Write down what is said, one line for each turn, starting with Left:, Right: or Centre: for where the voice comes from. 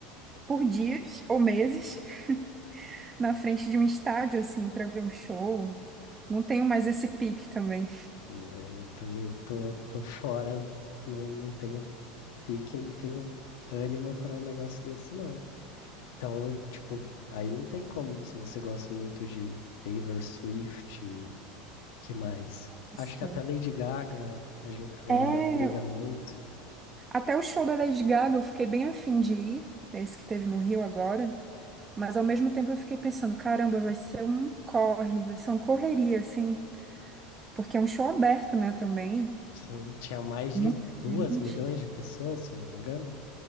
Right: por dias ou meses <laughs> na frente de um estádio, assim, para ver um show. Não tenho mais esse pique também.
Left: né, Eu também tô, tô fora, não, não tenho pique, não tenho ânimo para um negócio desse, não. Então, tipo, aí não tem como, se você gosta muito de Taylor Swift, que mais?
Right: Isso.
Left: Acho que até Lady Gaga, a gen- a galera
Right: É,
Left: briga muito.
Right: até o show da Lady Gaga eu fiquei bem afim de ir, é esse que teve no Rio agora, mas ao mesmo tempo eu fiquei pensando, caramba, vai ser um corre, vai ser uma correria, assim, porque é um show aberto, né, também.
Left: Sim, tinha mais
Right: Muita
Left: de
Right: gente.
Left: duas milhões de pessoas, se eu não me engano.